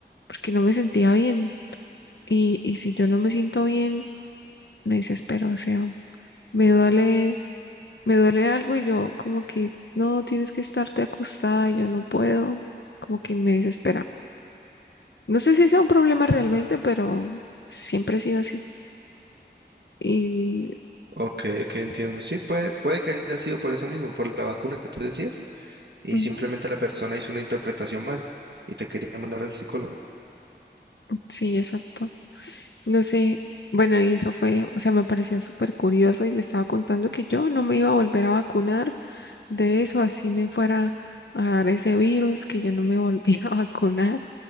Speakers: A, on the left (about 75°); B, on the right (about 70°).
A: porque no me sentía bien. Y, y si yo no me siento bien me desespero, o sea, me duele, me duele algo y yo como que no, tienes que estarte acostada y yo no puedo, como que me desespera. No sé si sea un problema realmente, pero siempre ha sido así. Y
B: Ok, ok, entiendo. Sí, puede, puede que haya sido por eso mismo, por la vacuna que tú decías, y
A: ujú,
B: simplemente la persona hizo una interpretación mal y te quería mandar al psicólogo.
A: sí, exacto. No sé, bueno, y eso fue, o sea, me pareció súper curioso y le estaba contando que yo no me iba a volver a vacunar de eso, así me fuera a dar ese virus, que yo no me volvía <laughs> a vacunar